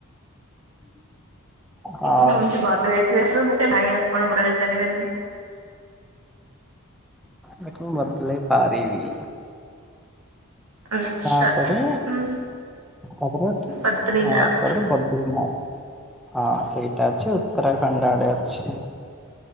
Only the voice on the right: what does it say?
ମୁଁ ଭାବୁଥିଲି ବଦଳେଇ ଥିବେ, <unintelligible> ନାଇଁ ଆପଣ ବଦଳେଇ ପାରିବେନି।
ଆଚ୍ଛା
ହୁଁ
ବଦ୍ରିନାଥ